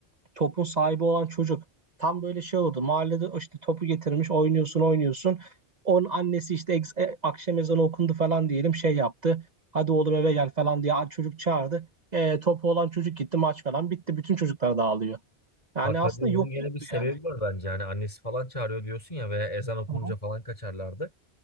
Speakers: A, on the right (about 40°); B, on the left (about 30°).
A: topun sahibi olan çocuk tam böyle şey oldu. Mahallede işte topu getirmiş oynuyorsun oynuyorsun. Onun annesi işte ex- e, akşam ezanı okundu falan diyelim şey yaptı. Hadi oğlum eve gel falan diye çocuk çağırdı. E, topu olan çocuk gitti maç falan bitti. Bütün çocuklar dağılıyor. Yani
B: Bak
A: aslında
B: hadi onun
A: yokluktu
B: gene bir sebebi
A: yani.
B: var bence. Hani annesi falan çağırıyor diyorsun ya veya ezan okununca
A: Hı hı.
B: falan kaçarlardı.